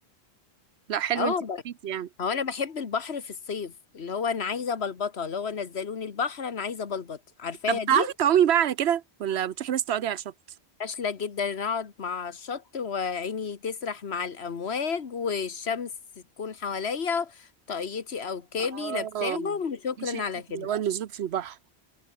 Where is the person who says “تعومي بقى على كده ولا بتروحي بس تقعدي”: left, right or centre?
Right